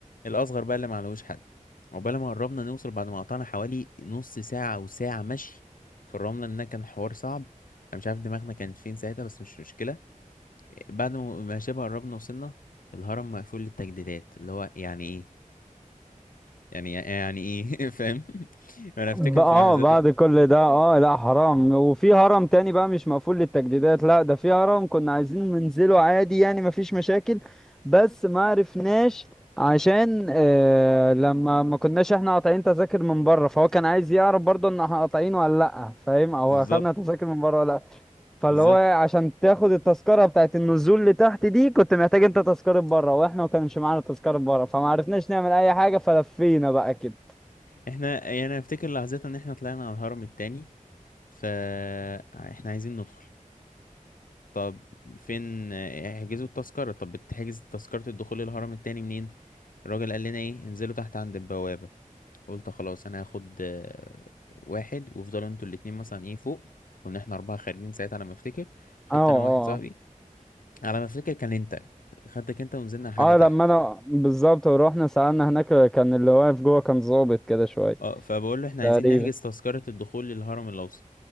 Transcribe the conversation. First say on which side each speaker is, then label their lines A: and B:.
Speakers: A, on the left (about 80°); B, in the centre.
A: الاصغر بقى اللي معلوش حد عقبال ما قربنا نوصل بعد ما قطعنا حوالي نص ساعه او ساعه مشي في الرمله لأن كان حوار صعب انا مش عارف دماغنا كانت فين ساعتها بس مش مشكله بعد ما ما شبه قربنا وصلنا الهرم مقفول للتجديدات اللي هو يعني ايه يعني يعني ايه <laughs> فاهم انا افتكر
B: ب- اه
A: في لحظتها
B: بعد كل ده اه لا حرام وفي هرم تاني بقى مش مقفول للتجديدات لا ده في هرم كنا عايزين ننزله عادي يعني مفيش مشاكل بس ما عرفناش عشان آه لما ما كناش احنا قاطعين تذاكر من بره فهو كان عايز يعرف برضه ان احنا قاطعينه ولا لا فاهم او
A: بالظبط
B: اخدنا تذاكر من بره ولا لا فاللي
A: بالظبط
B: هو عشان تاخد التذكره بتاعت النزول لتحت دي كنت محتاج انت تذكره بره واحنا ما كانش معانا تذكره بره فما عرفناش نعمل اي حاجه فلفينا بقى كده
A: احنا يعني انا افتكر لحظتها ان احنا طلعنا على الهرم التاني فاحنا عايزين ندخل طب فين احجزوا التذكرة طب بتحجز تذكرة الدخول للهرم التاني منين الراجل قال لنا ايه انزلوا تحت عند البوابة قلت خلاص انا هاخد آه، واحد وافضلوا انتوا الاتنين مثلا ايه فوق كنا احنا اربعة خارجين ساعتها على ما افتكر خدت
B: اه اه
A: انا واحد صاحبي
B: آه.
A: على ما افتكر كان انت خدتك انت ونزلنا لحد
B: اه
A: تحت
B: لما انا بالظبط ورحنا سألنا هناك كان اللي واقف جوه كان ظابط كده شوية
A: اه فبقول له احنا
B: تقريبا
A: عايزين نحجز تذكرة الدخول للهرم الأوسط